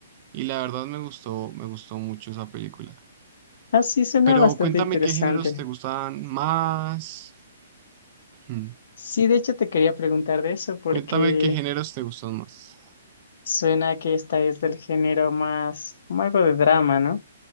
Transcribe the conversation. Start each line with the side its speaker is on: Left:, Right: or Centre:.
Right: y la verdad me gustó, me gustó mucho esa película.
Left: Ah, sí, suena
Right: Pero
Left: bastante
Right: cuéntame
Left: interesante.
Right: qué géneros te gustan más. Hmm.
Left: Sí, de hecho te quería preguntar de eso porque
Right: Cuéntame qué géneros te gustan más.
Left: suena que esta es del género más como algo de drama, ¿no?